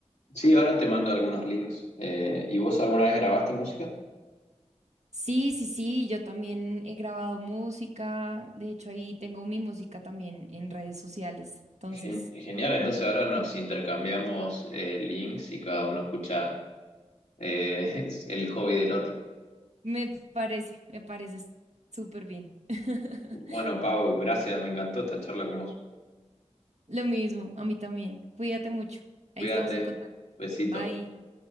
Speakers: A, on the left (about 75°); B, on the right (about 70°).
A: Sí, ahora te mando algunos links. Eh, ¿y vos alguna vez grabaste música?
B: Sí, sí, sí, yo también he grabado música, de hecho ahí tengo mi música también en redes sociales, entonces
A: Gen- genial, entonces ahora nos intercambiamos eh, links y cada uno escucha eh, <laughs> es el hobby del otro.
B: me parece, me parece súper bien. <laughs>
A: Bueno, Pau, gracias, me encantó esta charla con vos.
B: Lo mismo, a mí también, cuídate mucho, ahí
A: Cuídate,
B: estamos en contacto,
A: besito.
B: bye.